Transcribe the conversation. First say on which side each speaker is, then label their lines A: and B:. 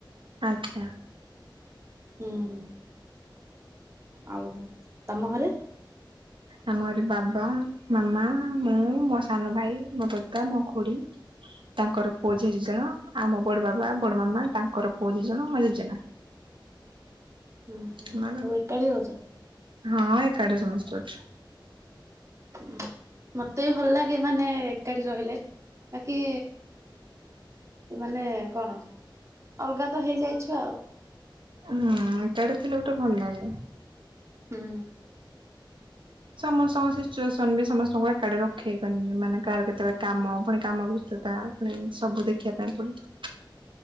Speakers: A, on the right; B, on the right.
A: ଆଚ୍ଛା।
B: ହୁଁ। ଆଉ ତମ ଘରେ?
A: ଆମ ଘରେ ବାବା ମାମା ମୁଁ ମୋ ସାନ ଭାଇ ମୋ ଦୋତା ମୋ ଖୁଡି ତାଙ୍କର ପୁଅ ଝିଅ ଦି ଜଣ ଆମ ବଡ ବାବା ବଡ ମାମା ତାଙ୍କର ପୁଅ ଦି ଜଣ ମ ଜେଜେନା।
B: ହୁଁ ହୁଁ
A: ସେମାନେ
B: ସବୁ ଏକାଠି ରଉଛ?
A: ହଁ ଏକାଟି ସମସ୍ତେ ଅଛୁ।
B: ହ ମତେ ବି ଭଲ ଲାଗେ ମାନେ ଏକାଠି ରହିଲେ ବାକି ଏ ମାନେ କଣ ଅଲଗା ତ ହେଇଯାଇଛୁ ଆଉ।
A: ହୁଁ ଏକାଠି ଥିଲେ ଗୋଟେ ଭଲ ଲାଗେ।
B: ହଁ।
A: ସମସ୍ତଙ୍କ ସିଚୁଏସନ ବି ସମସ୍ତଙ୍କୁ ଏକାଟି ରଖେଇ ପାରିନି ମାନେ କାହାର କେତେବେଳେ କାମ ପୁଣି କାମ ବ୍ୟ ପୁଣି ସବୁ ଦେଖିବା ପାଇଁ ପଡିବ।